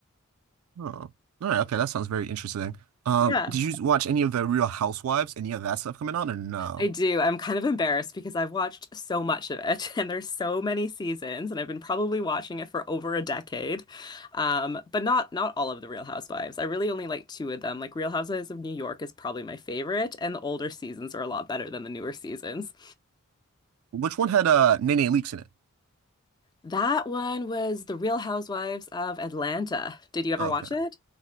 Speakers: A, on the right; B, on the left.
A: Oh, all right. Okay, that sounds very interesting. Um,
B: Yeah,
A: did you watch any of the Real Housewives? Any of that stuff coming on, or no?
B: I do. I'm kind of embarrassed because I've watched so much of it <laughs> and there's so many seasons and I've been probably watching it for over a decade. Um, but not not all of the Real Housewives. I really only like two of them. Like Real Housewives of New York is probably my favorite and the older seasons are a lot better than the newer seasons.
A: Which one had uh Nene Leakes in it?
B: That one was The Real Housewives of Atlanta. Did you ever
A: Okay.
B: watch it?